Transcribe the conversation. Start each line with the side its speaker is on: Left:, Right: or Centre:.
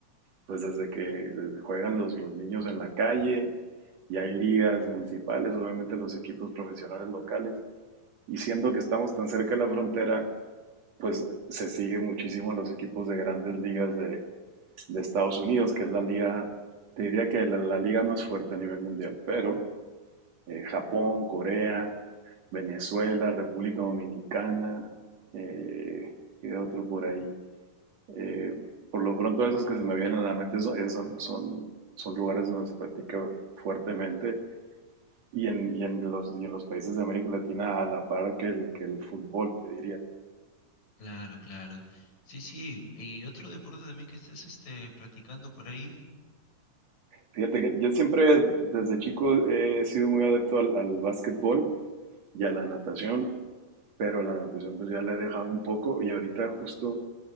Right: pues desde que desde juegan los, los niños en la calle y hay ligas municipales, obviamente los equipos profesionales locales. Y siendo que estamos tan cerca de la frontera, pues se sigue muchísimo a los equipos de grandes ligas de, de Estados Unidos, que es la liga, te diría que la, la liga más fuerte a nivel mundial, pero eh, Japón, Corea, Venezuela, República Dominicana, eh, ¿qué otro por ahí? Eh, por lo pronto esos que se me vienen a la mente son, son, son, son lugares donde se practica fuertemente y en, y en, los, y en los países de América Latina a la par que el, que el fútbol, te diría.
Left: Claro, claro. Sí, sí. ¿Y otro deporte también que estés este, practicando por ahí?
Right: Fíjate que yo siempre desde chico he sido muy adepto al, al básquetbol y a la natación, pero la natación pues ya la he dejado un poco y ahorita justo